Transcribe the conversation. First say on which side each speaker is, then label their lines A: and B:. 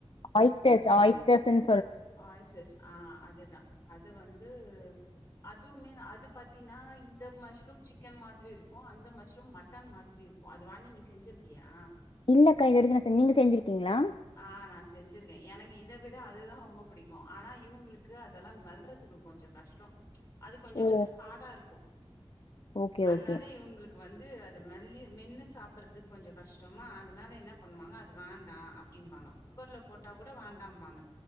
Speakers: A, on the left; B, on the left.
A: ஆயஸ்டர்ஸா ஆயஸ்டஸ்னு
B: ஆ ஆயிஸ்ட்டர்ஸ் ஆ அதேதான் அது வந்து அதுவுமே அது பாத்தீன்னா இந்த மஷ்ரூம் சிக்கன் மாதிரி இருக்கும் அந்த மஷ்ரூம் மட்டன் மாதிரி இருக்கும் அது வாங்கி நீ செஞ்சிருக்கியா
A: இல்லக்கா இது வரைக்கும் நான் செஞ்சதில்ல நீங்க செஞ்சிருக்கீங்களா
B: ஆ நான் செஞ்சிருக்கேன் எனக்கு இதை விட அதுதான் ரொம்ப பிடிக்கும் ஆனா இவுங்களுக்கு அதெல்லாம் மெல்றதுக்கு கொஞ்சம் கஷ்டம் அது கொஞ்சம்
A: ஓ
B: வந்து ஹார்டா இருக்கும்
A: ஓகே
B: அதனால
A: ஓகே
B: இவுங்களுக்கு வந்து அத மெல்லி மென்னு சாப்பிடறதுக்கு கொஞ்சம் கஷ்டமா அதனால என்ன பண்ணுவாங்க அது வேண்டாம் அப்டிம்பாங்க குக்கர்ல போட்டா கூட வேண்டாம்பாங்க